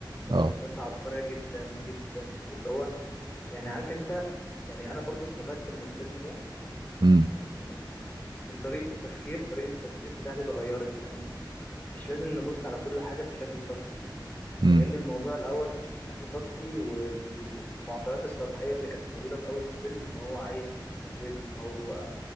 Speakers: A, on the left; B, on the right.
A: بس
B: اه
A: الفكرة عبقرية جدا جدا واللي هو يعني عارف انت يعني انا برضو استفدت من الفيلم ده
B: امم
A: يعني من طريقة التفكير طريقة التفكير بتاعتي اتغيرت يعني مش لازم نبص على كل حاجة بشكل سطحي
B: امم
A: لان الموضوع الاول فش- بشكل سطحي وبالمعطيات السطحية اللي كانت موجودة في اول الفيلم ان هو عيل متشرد ان هو